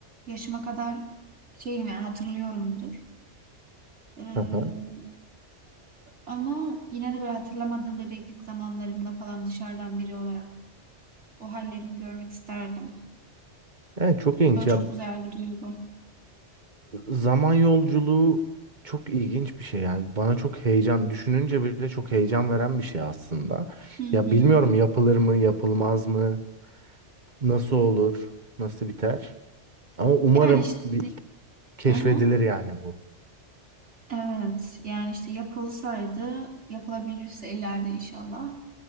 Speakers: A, on the right; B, on the right.
A: yaşıma kadar şeyim yani hatırlıyorumdur. Ee,
B: Hı hı.
A: ama yine de böyle hatırlamadığım bebeklik zamanlarımda falan dışarıdan biri olarak o hallerimi görmek isterdim.
B: Evet çok ilginç
A: O da çok
B: ya
A: güzel bir duygu.
B: Zaman yolculuğu çok ilginç bir şey yani bana çok heyecan düşününce bile çok heyecan veren bir şey aslında.
A: Hı hı.
B: Ya bilmiyorum yapılır mı, yapılmaz mı, nasıl olur, nasıl biter. Ama umarım
A: Yani işte
B: bir keşfedilir
A: hı hı.
B: yani bu.
A: Evet yani işte yapılsaydı yapılabilirse ileride inşallah.